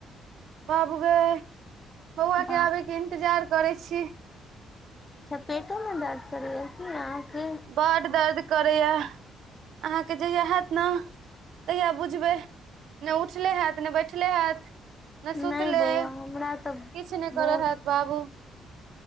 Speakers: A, on the right (about 75°); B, on the left (about 20°).
A: बाबु गई बौआ
B: बात
A: के आबैके इन्तजार करै छी
B: पेटो में दर्द करै य की आहके
A: बड़ दर्द करैया अहाँकेँ जहिया हत ने तहिया बुझबै। नहि उठले होत ने बैठले हयैत ने सुतले
B: नहि बौआ
A: किछु
B: हमरा तऽ
A: नहि
B: बहुत
A: करऽ हयैत। बाबू।